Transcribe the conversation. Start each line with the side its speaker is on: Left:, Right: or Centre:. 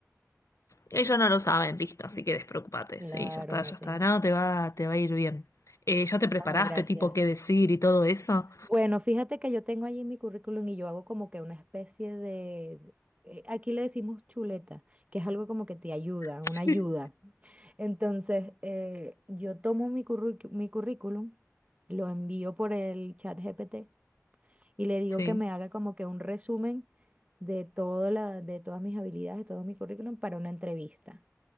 Left: Ellos no lo saben, listo, así que despreocupate.
Right: Claro,
Left: Sí, ya está,
Right: no
Left: ya está.
Right: tiene.
Left: No, te va, te va a ir bien. Eh, ¿ya te preparaste,
Right: Ay, gracias.
Left: tipo, qué decir y todo eso?
Right: Bueno, fíjate que yo tengo allí mi currículum y yo hago como que una especie de... eh, Aquí le decimos chuleta, que es algo como que te ayuda, una
Left: <laughs>
Right: ayuda.
Left: Sí.
Right: Entonces, eh, yo tomo mi curricu- mi currículum, lo envío por el chat GPT y le digo
Left: Sí.
Right: que me haga como que un resumen de todo la, de todas mis habilidades, de todo mi currículum para una entrevista.